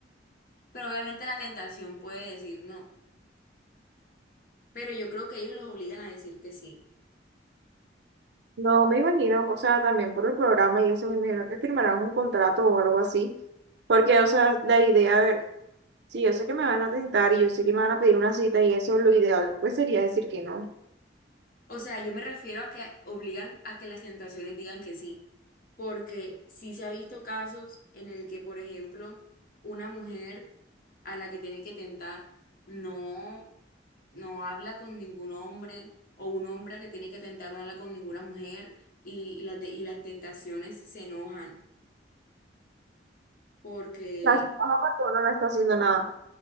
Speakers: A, on the left; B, on the right.
A: Pero obviamente la tentación puede decir no, pero yo creo que ellos los obligan a decir que sí.
B: No me imagino, o sea, también por el programa y eso, me imagino que firmarán un contrato o algo así. Porque, o sea, la idea, a ver, si yo sé que me van a tentar y yo sé que me van a pedir una cita y eso, lo ideal, pues sería decir que no. O
A: O sea, yo me refiero a que obligan a que las tentaciones digan que sí, porque sí se ha visto casos en el que, por ejemplo, una mujer a la que tienen que tentar no, no habla con ningún hombre o un hombre que tiene que tentar no habla con ninguna mujer y, y las, de- y las tentaciones se enojan porque,
B: sea, si no, aparte uno no está haciendo nada.